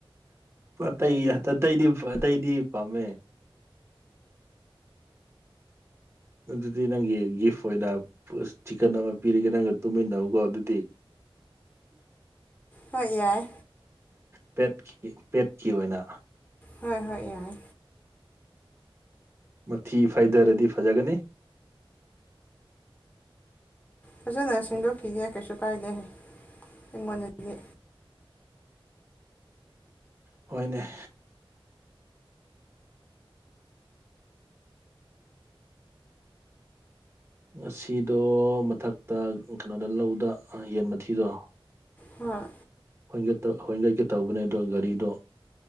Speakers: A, on the right; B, on the left.
A: ꯑꯇꯩ ꯑꯇꯩꯗꯤ ꯑꯇꯩꯗꯤ ꯄꯥꯝꯃꯦ ꯑꯗꯨꯗꯤ ꯅꯪꯒꯤ ꯒꯤꯐ ꯑꯣꯏꯅ ꯆꯤꯛꯀꯟ ꯑꯃ ꯄꯤꯔꯤꯒꯦ ꯅꯪꯒ ꯇꯨꯝꯃꯤꯟꯅꯧꯀꯣ ꯑꯗꯨꯗꯤ <inaudible>
B: ꯍꯣꯏ ꯌꯥꯏ
A: ꯄꯦꯠꯀꯤ ꯄꯦꯠꯀꯤ ꯑꯣꯏꯅ
B: ꯍꯣꯏ ꯍꯣꯏ ꯌꯥꯏ꯫
A: ꯃꯊꯤ ꯐꯥꯏꯗꯔꯗꯤ ꯐꯖꯒꯅꯤ꯫
B: ꯐꯖꯅ ꯁꯦꯡꯗꯣꯛꯈꯤꯒꯦ ꯀꯩꯁꯨ ꯀꯥꯏꯗꯦ ꯑꯩꯉꯣꯟꯗꯗꯤ꯫
A: ꯍꯣꯏꯅꯦ꯫ ꯉꯁꯤꯗꯣ ꯃꯊꯛꯇ ꯀꯩꯅꯣꯗ ꯂꯧꯗ ꯌꯦꯟ ꯃꯊꯤꯗꯣ꯫
B: ꯍꯥꯥ꯫
A: ꯍꫭꯟꯒꯠꯇ ꯍꫭꯟꯒꯠꯀꯦ ꯇꯧꯕꯅꯦ ꯑꯗꯣ ꯒꯥꯔꯤꯗꯣ